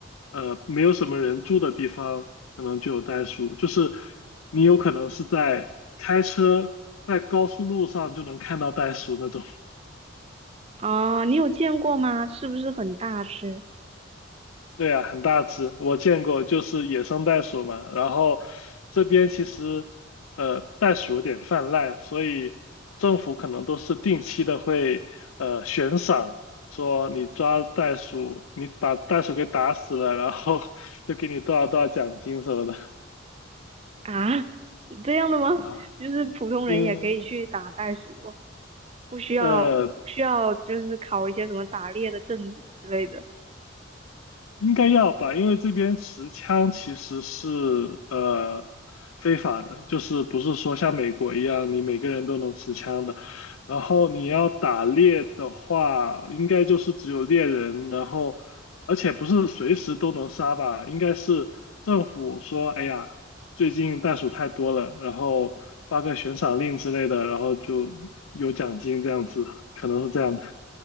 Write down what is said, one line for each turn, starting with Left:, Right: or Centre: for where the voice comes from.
Left: 呃，没有什么人住的地方，可能就有袋鼠。就是你有可能是在开车在高速路上就能看到袋鼠那种。
Right: 啊，你有见过吗？是不是很大只
Left: 对啊，很大只，我见过，就是野生袋鼠嘛。然后这边其实，呃，袋鼠有点泛滥，所以政府可能都是定期的会，呃，悬赏，说你抓袋鼠，你把袋鼠给打死了，然后 <laughs> 就给你多少多少奖金什么的
Right: 啊？<laughs> 这样的吗？
Left: 啊。
Right: <laughs> 就是普通人也可以去打袋鼠。
Left: 因
Right: 不需要不需要就是考一些什么打猎的证之类的。
Left: 呃，应该要吧，因为这边持枪其实是呃非法的，就是不是说像美国一样你每个人都能持枪的。然后你要打猎的话，应该就是只有猎人，然后而且不是随时都能杀吧，应该是政府说，哎呀，最近袋鼠太多了，然后发个悬赏令之类的，然后就有奖金这样子，可能是这样的。